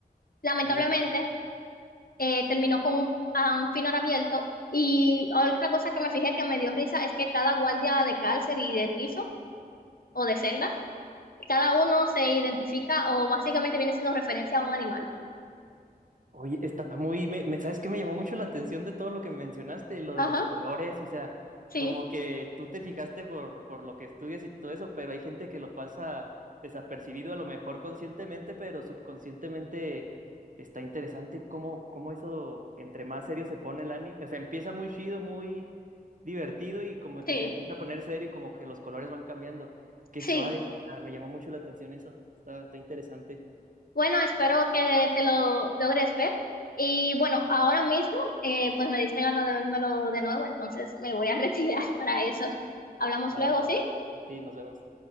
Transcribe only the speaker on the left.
Lamentablemente,
eh, terminó con un, a un final abierto. Y otra cosa que me fijé que me dio risa es que cada guardia de cárcel y de piso o de celda, cada uno se identifica o básicamente viene siendo referencia a un animal.
Ajá,
sí,
sí,
sí.
Bueno, espero que te lo logres ver. Y bueno, ahora mismo, eh, pues me diste ganas de vérmelo de nuevo, entonces me voy a <laughs> retirar para eso. Hablamos
luego,
¿sí?